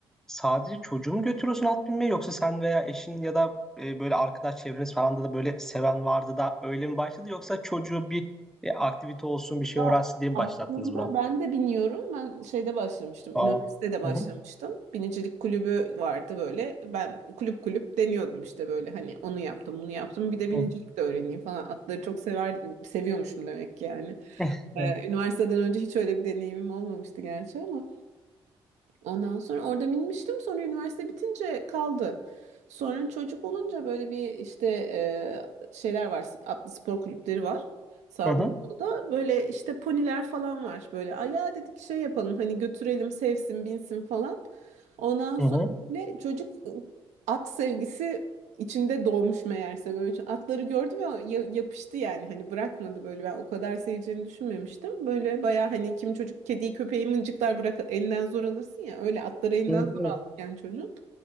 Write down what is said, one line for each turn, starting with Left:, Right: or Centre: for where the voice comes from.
Centre: sadece çocuğu mu götürüyorsun at binmeye yoksa sen veya eşin ya da e, böyle arkadaş çevreniz falan da da böyle seven vardı da öyle mi başladı yoksa çocuğu bir e, aktivite olsun bir şey
Right: Ya
Centre: öğrensin diye mi
Right: aslında
Centre: başlattınız buna?
Right: ben de biniyorum. Ben şeyde başlamıştım.
Centre: Aa.
Right: Üniversitede başlamıştım.
Centre: Hı hı.
Right: Binicilik kulübü vardı böyle. Ben kulüp kulüp deniyordum işte böyle hani onu yaptım, bunu yaptım. Bir de binicilik
Centre: Hı hı.
Right: de öğreneyim falan. Atları çok sever seviyormuşum demek ki yani.
Centre: <laughs> Evet.
Right: Ee, üniversiteden önce hiç öyle bir deneyimim olmamıştı gerçi ama Ondan sonra orada binmiştim. Sonra üniversite bitince kaldı. Sonra çocuk olunca böyle bir işte e, şeyler var. Atlı spor kulüpleri var. Sağda
Centre: Hı hı.
Right: solda böyle işte poniler falan var. Böyle "Ay ya dedik şey yapalım hani götürelim sevsin binsin falan. Ondan sonra
Centre: Hı hı.
Right: bile çocuk e, at sevgisi içinde doğmuş meğerse böyle atları gördü ve ya- yapıştı yani hani bırakmadı böyle ben o kadar seveceğini düşünmemiştim. Böyle baya hani kim çocuk kediyi köpeği mıncıklar bırak elinden zor alırsın ya öyle atları elinden
Centre: Evet,
Right: zor
Centre: evet.
Right: aldık yani çocuğun.